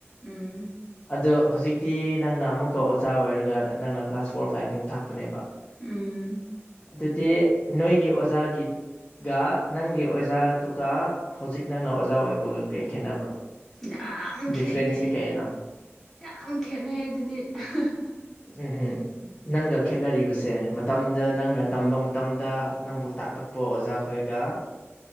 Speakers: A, in the centre; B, on the left.
A: ꯎꯝ
B: ꯑꯗꯣ ꯍꯧꯖꯤꯛꯇꯤ ꯅꯪꯅ ꯑꯃꯨꯛꯀ ꯑꯣꯖꯥ ꯑꯣꯏꯔꯒ ꯅꯪꯅ ꯀ꯭ꯂꯥꯁ ꯐꯣꯔ ꯐꯥꯏꯚꯃꯨꯛ ꯇꯥꯛꯄꯅꯦꯕ
A: ꯎꯝ
B: ꯑꯗꯨꯗꯤ ꯅꯣꯏꯒꯤ ꯑꯣꯖꯥꯒꯤ ꯒ ꯅꯪꯒꯤ ꯑꯣꯖꯥꯗꯨꯒ ꯍꯧꯖꯤꯛ ꯅꯪꯅ ꯑꯣꯖꯥ ꯑꯣꯏꯕꯒ ꯀꯩ ꯈꯦꯠꯅꯕ꯭ꯔꯣ
A: ꯌꯥꯝ
B: ꯗꯤꯐ꯭ꯔꯦꯟꯁꯁꯦ
A: ꯈꯦꯠꯅꯩ
B: ꯀꯩꯅꯣ
A: ꯌꯥꯝ ꯈꯦꯠꯅꯩ ꯑꯗꯨꯗꯤ ꯑꯍꯥꯍ
B: ꯎꯝꯍꯨ ꯅꯪꯒ ꯈꯦꯠꯅꯔꯤꯕꯁꯦ ꯃꯇꯝꯗ ꯅꯪꯅ ꯇꯝꯕ ꯇꯝꯗ ꯅꯪꯕꯨ ꯇꯥꯛꯂꯛꯄ ꯑꯣꯖꯥꯈꯣꯏꯒ